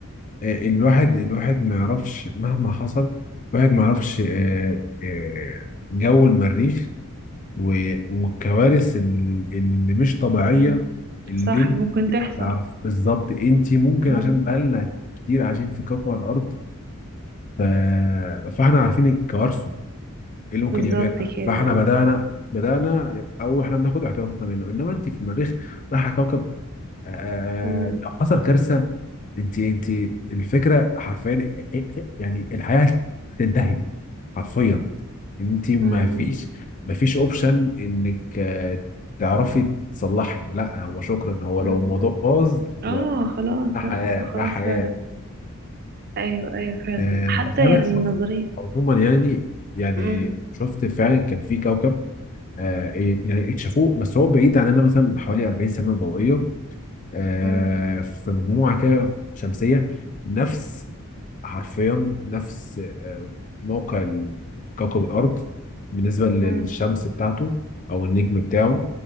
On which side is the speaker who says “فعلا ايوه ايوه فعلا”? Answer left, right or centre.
Right